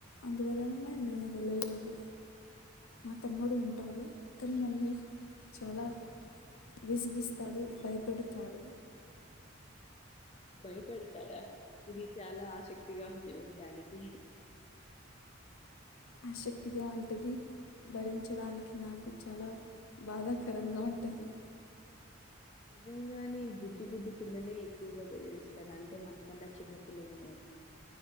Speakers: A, on the left (about 85°); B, on the left (about 30°).
A: అందువలననే నేను వెళ్ళలేదు మా తమ్ముడు ఉంటారు అతను నన్ను చాలా విసిగిస్తాడు భయపెడుతాడు
B: భయపెడతాడా ఇది చాలా ఆసక్తిగా ఉంది విండానికి
A: ఆసక్తిగా ఉంటది భరించడానికి నాకు చాలా బాధాకరంగా ఉంటది
B: నిజంగానే బుడ్డి బుడ్డి పిల్లలే ఎక్కువగా బెదిరిస్తారు అంటే మనకన్నా చిన్న పిల్లలని అది